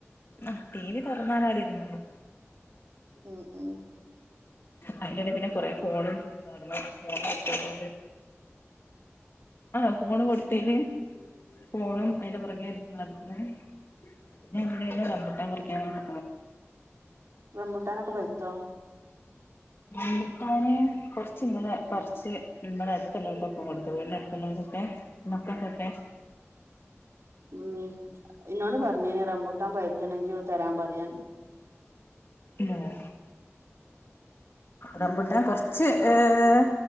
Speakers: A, on the left; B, on the right.
A: ആഹ് ടി വി തൊറന്നാലവിടെ ഇരുന്നോളും.
B: ഉം ഉം
A: അതിന്റെ എടേല് പിന്നെ കൊറെ ഫോണും ചോദിച്ചു നടന്നു. ഫോണ് കൊടുക്കാത്തോണ്ട് ആഹ് ഫോണ് കൊടുത്തേല് ഫോണും അതിന്റെ പുറകേ ഇതും നടന്ന് പിന്നെ അയിന്റെ എടേല് റമ്പൂട്ടാൻ പറിക്കാൻ <inaudible>
B: റമ്പുട്ടാനോക്കെ പറിച്ചോ?
A: റമ്പൂട്ടാന് കുറച്ച് ഇങ്ങനെ പറിച്ച് ഇബടെ അടുത്തുള്ളോർക്കൊക്കെ കൊടുത്ത്. വീട്ന്റെ അടുത്തുള്ളോർക്കൊക്കെ മക്കക്കൊക്കെ
B: ഉം. ഇന്നോട് പറഞ്ഞ്നി റംമ്പൂട്ടാൻ പയ്ത്ത്നെങ്കി തരാൻ പറയാന്
A: ഏഹ് റമ്പൂട്ടാൻ
B: ഉം
A: കൊറച്ച് ച്ച് ഏഹ്